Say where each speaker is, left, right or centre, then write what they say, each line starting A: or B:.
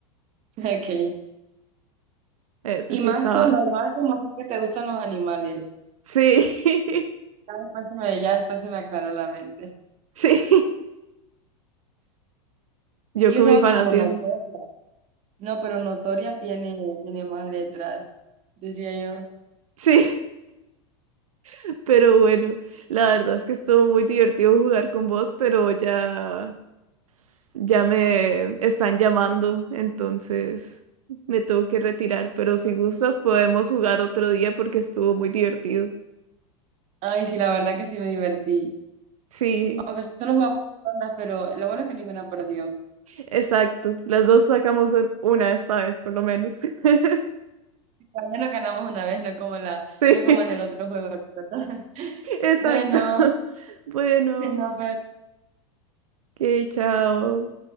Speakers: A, on the right; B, on the right.
A: <laughs> Ok.
B: Eh,
A: Y
B: sí,
A: más
B: estaba.
A: cuando más como sé que te gustan los animales.
B: Sí,
A: Ya después se me, ya después se me aclaró la mente.
B: <laughs> sí. Yo
A: Y
B: con
A: yo estaba
B: mi fanatismo.
A: tipo notoria. No, pero notoria tiene, tiene más letras, decía yo.
B: Sí, <laughs> pero bueno, la verdad es que estuvo muy divertido jugar con vos, pero ya. Ya me están llamando, entonces me tengo que retirar, pero si gustas podemos jugar otro día porque estuvo muy divertido.
A: Ay, sí, la verdad que sí me divertí.
B: Sí,
A: Aunque solo jugamos dos rondas, pero lo bueno es que ninguna perdió.
B: exacto. Las dos sacamos un- una esta vez, por lo menos. <laughs>
A: Al menos ganamos una vez, no como la,
B: Sí,
A: no como en el otro juego. ¿verdad? <laughs>
B: <laughs> exacto.
A: Bueno,
B: <laughs> Bueno,
A: no, pero
B: que chao.